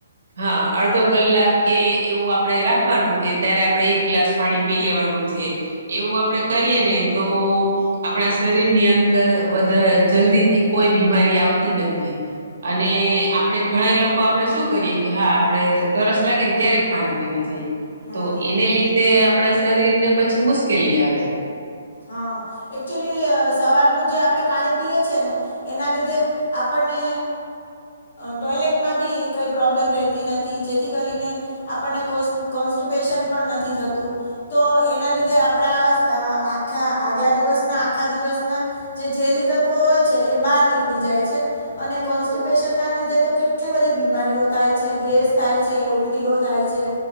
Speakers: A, on the right; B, on the left.
A: હા અડધો કલાક કે એવું આપડે રાખવાનુ કે ત્યારે આપડણે એક ગ્લાસ પાણી પી લેવાનું છે એવું આપડે કરીએ ને તો આપણા શરીરની અંદર વધારે જલ્દી થી કોઈ બીમારી આવતી નથી અને આપણે ઘણા એ લોકો આપડે શું કરીએ કે હા આપડે તરસ લાગે ને ત્યારે જ પાણી પીવા જઈએ.
B: હમ
A: તો એને લીધે આપણા શરીર ને પછી મુશ્કેલી આવે
B: હા એકચુલી સવારનું જે આપણે પાણી પીએ છીએ ને એના લીધ આપણને ટોયલેટમાં બી કંઈ પ્રોબ્લેમ રહેતી નથી જેથી કરીને આપણને કો કોન્સ્ટપેશન પણ નથી થતુ. તો એના લીધે આપણા આખા આગલા દિવસના આખા દિવસના જે ઝેરી તત્વો હોય છે એ બહાર નીકળી જાય છે. અને કોન્સ્ટિપેશન ના લીધે તો કેટલી બધી બીમારીઓ થાય છે ગેસ થાય છે ઉલ ટીઓ થાય છે.